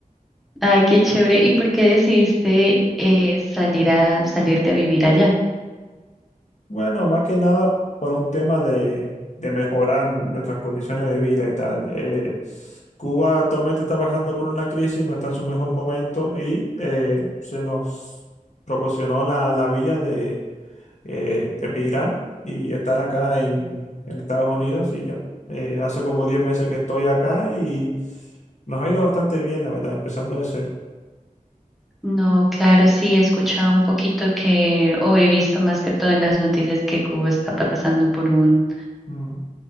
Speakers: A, in the centre; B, on the left.
A: Ay, qué chévere. ¿Y por qué decidiste eh, salir a salirte a vivir allá?
B: Bueno, más que nada por un tema de, de mejorar nuestras condiciones de vida y tal. Eh, Cuba actualmente está pasando por una crisis, no está en su mejor momento y eh, se nos proporcionó la, la vía de eh, emigrar y estar acá en, en Estados Unidos y ya. Eh, hace como 10 meses que estoy acá y nos ha ido bastante bien, la verdad, empezando de cero.
A: No, claro, sí, he escuchado un poquito que, o he visto más que todo en las noticias que Cuba está pasando por un,
B: Mm,